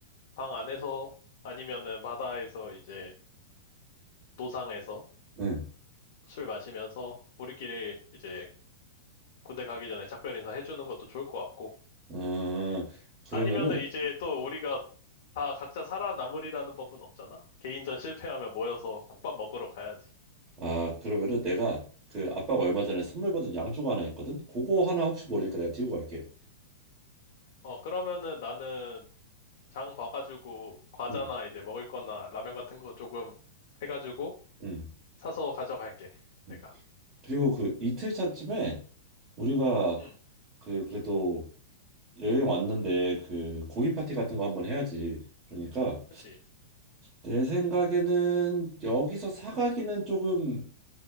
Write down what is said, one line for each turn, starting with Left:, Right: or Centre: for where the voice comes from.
Left: 방 안에서 아니면은 바다에서 이제 노상에서
Right: 응.
Left: 술 마시면서 우리끼리 이제 군대 가기 전에 작별 인사 해주는 것도 좋을 것 같고
Right: 아, 그러면은,
Left: 아니면은 이제 또 우리가 다 각자 살아남으리라는 법은 없잖아. 개인전 실패하면 모여서 국밥 먹으러 가야지.
Right: 응. 아, 그러면은 내가 그 아빠가 얼마 전에 선물 받은 양주가 하나 있거든? 그거 하나 혹시 모르니까 내가 들고 갈게.
Left: 어, 그러면은 나는 장 봐가지고 과자나
Right: 응,
Left: 이제 먹을 거나 라면 같은 거 조금 해가지고
Right: 응,
Left: 사서 가져갈게.
Right: 응.
Left: 내가.
Right: 그리고 그 이틀 차쯤에 우리가
Left: 응,
Right: 그 그래도 여행 왔는데 그 고기 파티 같은 거 한번 해야지. 그러니까
Left: 그치.
Right: 내 생각에는 여기서 사가기는 조금